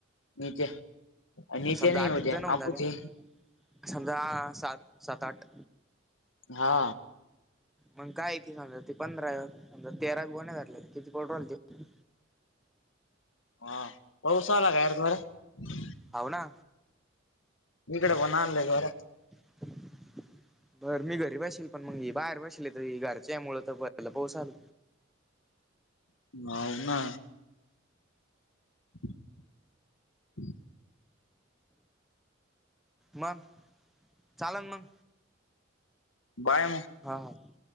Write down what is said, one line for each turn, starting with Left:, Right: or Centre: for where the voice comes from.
Left: नित्या अय नित्या
Centre: समजा
Left: नई
Centre: आठ
Left: ये उद्या
Centre: एक जण होऊन
Left: अपूच
Centre: झाल्या
Left: ये
Centre: समजा सात सात आठ
Left: हा
Centre: मग काय ते समजा ते पंधरा समजा तेरा गोण्या धरल्या त किती पडू राहील ते?
Left: हा पाऊसा आला काय रे परत?
Centre: हाव ना
Left: इकडे पण आणलय <unintelligible>
Centre: <inaudible> बर मी घरी बशेल पण मग ही बाहेर बशेल आहे तरी घरच्या यामुळं तर पहिला पाऊस आलं.
Left: हाव ना. <inaudible>
Centre: मग चाललं मग.
Left: बाय म
Centre: हा.